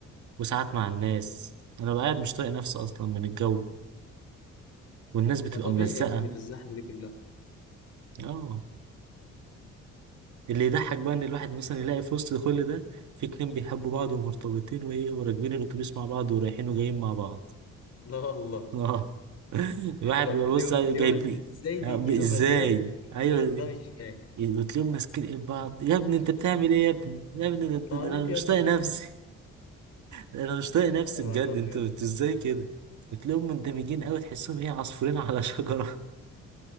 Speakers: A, on the right (about 70°); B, on the left (about 55°).
A: وساعات مع الناس انا بقى قاعد مش طايق نفسي اصلا من الجو والناس بتبقى
B: ما طبيعي
A: ملزقه
B: يا ابني في الزحمه دي كلها
A: اه اللي يضحك بقى ان الواحد مثلا يلاقي في وسط كل ده في اتنين بيحبوا بعض ومرتبطين وايه وراكبين الاتوبيس مع بعض ورايحين وجايين مع بعض
B: لا والله
A: اه <laughs> الواحد
B: اليوم
A: بيبقى بص على-
B: اليوم
A: جايب
B: إز- ازاي
A: يعني
B: بيجي له
A: ازاي
B: مزاج المود
A: ايوه
B: ده مش فاهم
A: وتلاقيهم ماسكين ايد بعض يا ابني انت بتعمل ايه يا ابني يا ابني ده انت
B: تعبيط
A: ده انا
B: يا
A: مش
B: ابني
A: طايق نفسي ده انا مش طايق
B: <laughs>
A: نفسي
B: يا نهار
A: بجد
B: ابيض
A: انتوا انتوا ازاي كده بتلاقيهم مندمجين قوي تحسهم ايه عصفورين على شجره